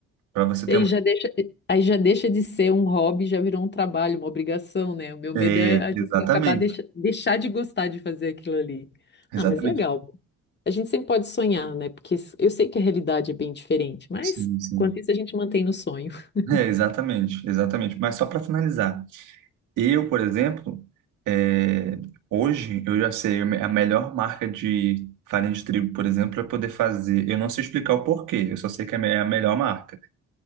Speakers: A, on the right (about 85°); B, on the left (about 35°).
A: Para você
B: E
A: ter
B: aí
A: uma...
B: já deixa, aí já deixa de ser um hobby, já virou um trabalho, uma obrigação, né? O meu medo
A: É,
B: é a
A: exatamente,
B: gente acabar deixa, deixar de gostar de fazer aquilo ali.
A: exatamente.
B: Ah, mas legal. A gente sempre pode sonhar, né? Porque s- eu sei que a realidade é bem diferente, mas
A: Sim, sim.
B: quanto isso a gente mantém no sonho. <laughs>
A: É, exatamente, exatamente. Mas só para finalizar, Eu, por exemplo, eh, hoje eu já sei a melhor marca de farinha de trigo, por exemplo, para poder fazer. Eu não sei explicar o porquê, eu só sei que é a me- é a melhor marca.